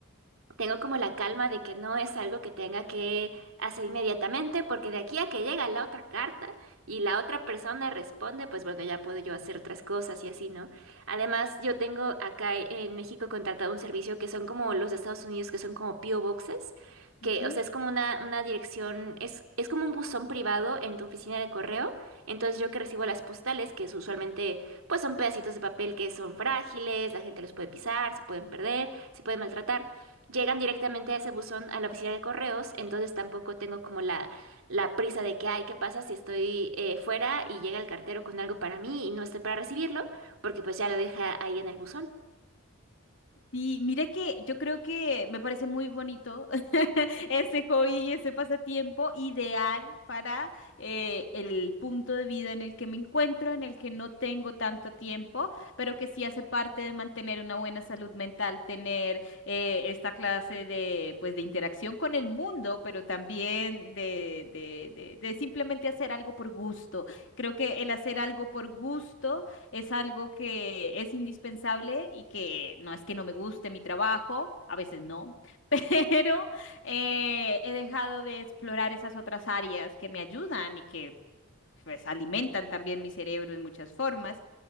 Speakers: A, on the right; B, on the left.
A: tengo como la calma de que no es algo que tenga que hacer inmediatamente, porque de aquí a que llega la otra carta y la otra persona responde, pues bueno, ya puedo yo hacer otras cosas y así, ¿no? Además, yo tengo acá en México contratado un servicio que son como los de Estados Unidos, que son como PO Boxes, que,
B: ujú.
A: o sea, es
B: <laughs>
A: como una, una dirección, es, es como un buzón privado en tu oficina de correo. Entonces, yo que recibo las postales, que es usualmente, pues son pedacitos de papel que son frágiles, la gente los puede pisar, se pueden perder, se pueden maltratar llegan directamente a ese buzón a la oficina de correos, entonces tampoco tengo como la, la prisa de que, ay, ¿qué pasa si estoy eh, fuera y llega el cartero con algo para mí y no esté para recibirlo? Porque pues ya lo deja ahí en el buzón.
B: Sí, mira que yo creo que me parece muy bonito <laughs> ese hobby y ese pasatiempo ideal para eh, el punto de vida en el que me encuentro, en el que no tengo tanto tiempo, pero que sí hace parte de mantener una buena salud mental, tener eh, esta clase de, pues, de interacción con el mundo, pero también de, de de- de simplemente hacer algo por gusto. Creo que el hacer algo por gusto es algo que es indispensable y que no es que no me guste mi trabajo, a veces no, <laughs> pero eh, he dejado de explorar esas otras áreas que me ayudan y que pues alimentan también mi cerebro en muchas formas.